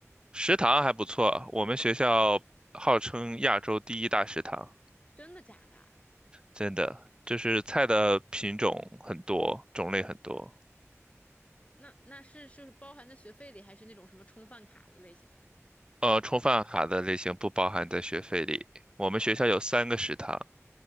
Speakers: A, on the right; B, on the left.
A: 食堂还不错。我们学校号称亚洲第一大食堂，
B: 真的假的啊
A: 真的，就是菜的品种很多，种类很多。
B: 那那是就是包含在学费里，还是那种什么充饭卡的类型啊？
A: 呃，充饭卡的类型不包含在学费里。我们学校有三个食堂，